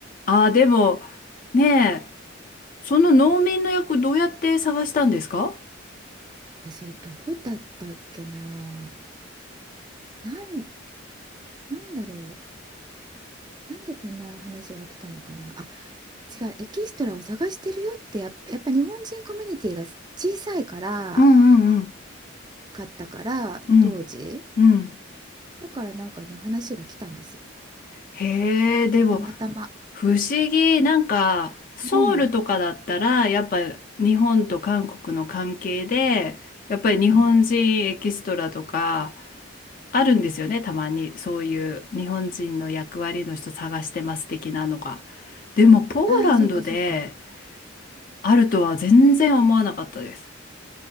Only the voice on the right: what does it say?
え、それどうだったっけな。なん、なんだろう。なんでこんな話が来たのかな。あ、違う。エキストラを探してるよってやっぱ、やっぱ日本人コミュニティが小さいから、
かったから、
当時。だからなんかね、話が来たんですよ。
たまたま。
うん。うん
うん。
ああ、そうかそうか。